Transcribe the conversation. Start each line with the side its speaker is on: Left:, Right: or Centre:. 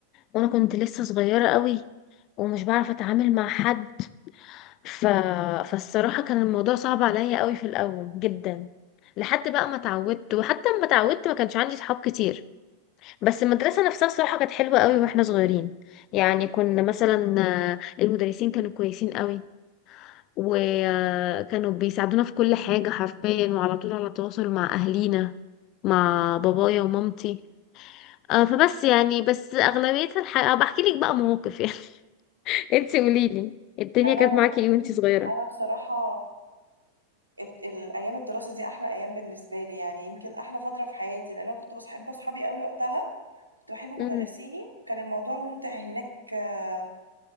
Left: وانا كنت لسه صغيره قوي ومش بعرف اتعامل مع حد ف... فالصراحة كان الموضوع صعب عليا قوي في الأول جدا لحد بقى ما اتعودت وحتى لما اتعودت ما كانش عندي صحاب كتير بس المدرسة نفسها الصراحة كانت حلوة قوي واحنا صغيرين يعني كنا مثلا آه، المدرسين كانوا كويسين قوي وكانوا بيساعدونا في كل حاجة حرفيا وعلى طول على تواصل مع أهلينا مع بابايا ومامتي آه، فبس يعني بس أغلبيتها الحقيقة بحكي لك بقى مواقف يعني <laughs> انتي قوليلي الدنيا
Right: انا
Left: كانت معاكي ايه وانتي صغيرة
Right: انا بصراحة ات... الايام الدراسة دي احلى ايام بالنسبة لي يعني يمكن احلى فترة في حياتي لان انا كنت بحب اصحابي قوي وقتها كنت بحب مدرسيني
Left: امم
Right: كان الموضوع ممتع هناك آه،